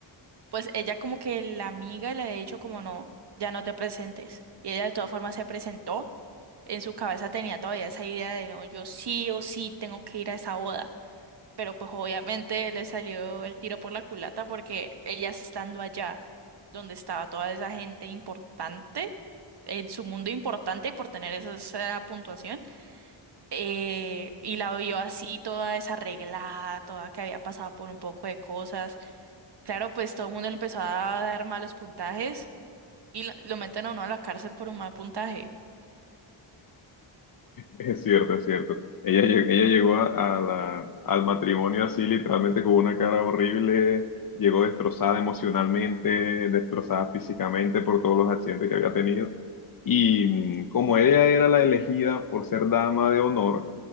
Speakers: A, on the right; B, on the left.
A: pues ella como que la amiga le había dicho como no, ya no te presentes. Y ella de todas formas se presentó. En su cabeza tenía todavía esa idea de no, yo sí o sí tengo que ir a esa boda. Pero pues obviamente le salió el tiro por la culata porque ella estando allá donde estaba toda esa gente importante, en su mundo importante por tener esa, esa puntuación, eh, y la vio así toda desarreglada, toda que había pasado por un poco de cosas. Claro, pues todo el mundo le empezó a dar malos puntajes y lo lo meten a uno a la cárcel por un mal puntaje.
B: Es cierto, es cierto. Ella, lle- ella llegó a, a la, al matrimonio así, literalmente con una cara horrible, llegó destrozada emocionalmente, destrozada físicamente por todos los accidentes que había tenido. Y mm, como ella era la elegida por ser dama de honor,